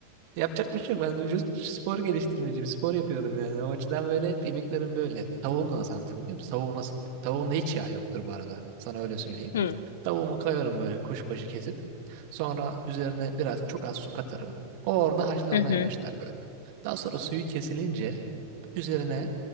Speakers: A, on the right; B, on the left.
A: Yapacak bir şey yok. Ben vücut spor geliştirmeciyim. Spor yapıyorum yani. O açıdan böyle hep yemeklerim böyle. Tavuğum da nasıl anlatayım biliyor musun? Tavuğum nasıl? Tavuğumda hiç yağ yoktur bu arada. Sana öyle söyleyeyim.
B: Hı
A: Tavuğumu koyarım böyle kuşbaşı kesip. Sonra üzerine biraz çok az su katarım. O orada haşlanmaya
B: hı hı.
A: başlar böyle. Daha sonra suyu kesilince Üzerine